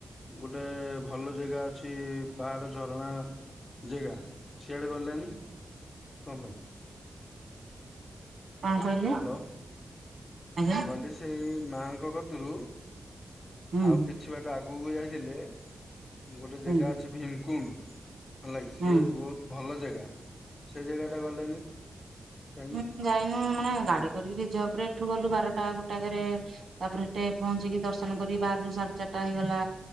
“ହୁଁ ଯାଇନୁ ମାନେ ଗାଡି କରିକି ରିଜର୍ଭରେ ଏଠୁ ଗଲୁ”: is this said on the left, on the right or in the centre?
Right